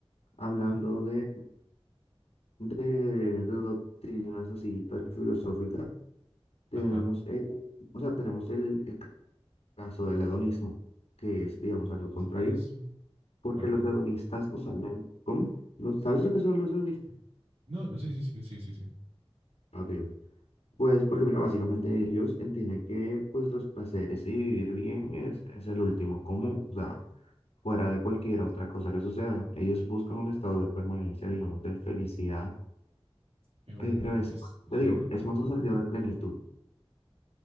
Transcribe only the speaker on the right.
Ujú.
Ajá.
Hedonismo.
Ajá.
No, no, sí, sí, sí, sí, sí, sí.
Es un-
en-
es,
claro,
claro.